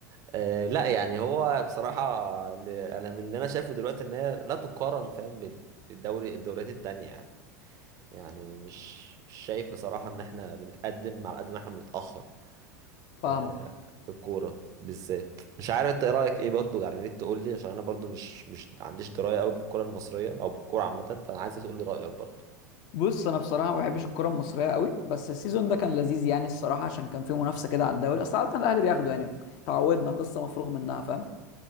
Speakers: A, on the right; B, on the left.
A: آه لا يعني هو بصراحة ل- انا من اللي انا شايفه دلوقتي ان هي لا تقارن فاهم بال- بالدوري الدوريات التانية يعني يعني مش مش شايف بصراحة ان احنا بنتقدم على قد ما احنا بنتأخر
B: فاهمك
A: آه في الكورة بالذات مش عارف انت ايه رأيك ايه برضو يعني يا ريت تقول لي عشان انا برضو مش مش عنديش دراية قوي بالكرة المصرية او بالكورة عامة فانا عايزك تقول لي رأيك برضو
B: بص انا بصراحه ما بحبش الكره المصريه قوي بس السيزون ده كان لذيذ يعني الصراحه عشان كان فيه منافسه كده على الدوري اصل عاده الاهلي بياخدوا يعني تعودنا قصه مفروغ منها فاهم